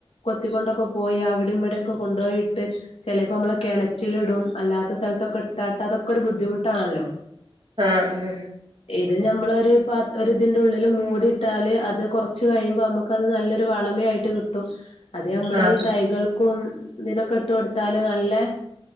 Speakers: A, on the left; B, on the right.
A: കൊത്തിക്കൊണ്ടൊക്കെ പോയി അവിടെ ഇവിടെക്കെ കൊണ്ടുപോയിട്ട് ചിലപ്പോ നമ്മള് കിണറ്റിലിടും അല്ലാത്ത സ്ഥലത്തൊക്കെ ഇട്ടാട്ട് അതൊക്കെ ഒരു ബുദ്ധിമുട്ട് ട്ടാണല്ലോ
B: ആ ആ
A: അത് നമ്മളൊരു പ ഒരിതിന്റെ ഉള്ളില് മൂടിട്ടാല് അത് കുറച്ച് കഴിയുമ്പോ നമുക്ക്ത് നല്ലൊരു വളമ ആയിട്ട് കിട്ടും. അതെ നമ്മള്
B: ആഹ്
A: ഈ തൈകൾക്കും ഇതിനൊക്കെ ഇട്ട് കൊടുത്താല് നല്ല